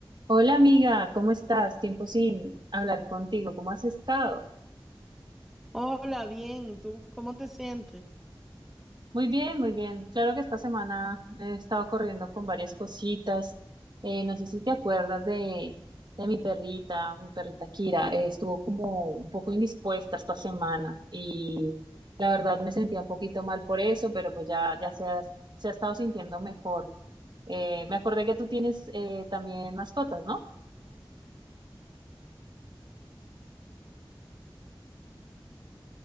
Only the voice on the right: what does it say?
Hola amiga, ¿cómo estás? Tiempo sin hablar contigo, ¿cómo has estado?
Muy bien, muy bien. Claro que esta semana he estado corriendo con varias cositas. Eh, no sé si te acuerdas de, de mi perrita, mi perrita Kira. Eh, estuvo como un poco indispuesta esta semana y la verdad me sentía un poquito mal por eso, pero pues ya, ya se ha, se ha estado sintiendo mejor. Eh, me acordé que tú tienes eh, también mascotas, ¿no?